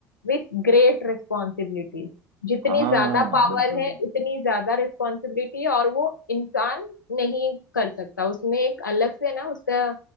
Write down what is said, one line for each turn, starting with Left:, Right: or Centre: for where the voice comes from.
Left: with great responsibilities जितनी
Right: हाँ
Left: ज्यादा
Right: हाँ, हाँ,
Left: पावर
Right: बिल्कुल
Left: है उतनी ज्यादा रिस्पॉन्सिबिलिटी और वो इंसान नहीं कर सकता उसमें एक अलग से ना उसका